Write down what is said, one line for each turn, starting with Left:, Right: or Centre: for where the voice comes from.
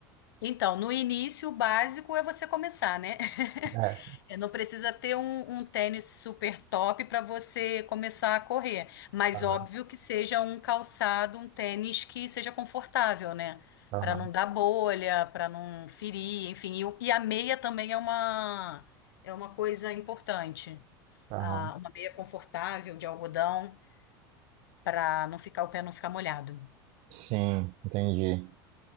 Left: então, no início, o básico é você começar, né? <laughs>
Right: É,
Left: É, Não precisa ter um, um tênis super top para você começar a correr, mas
Right: aham,
Left: óbvio que seja um calçado, um tênis que seja confortável, né?
Right: aham,
Left: Para não dar bolha, para não ferir, enfim. E, o- e a meia também é uma, é uma coisa importante.
Right: aham.
Left: Ah, uma meia confortável de algodão para não ficar o pé não ficar molhado.
Right: Sim, entendi.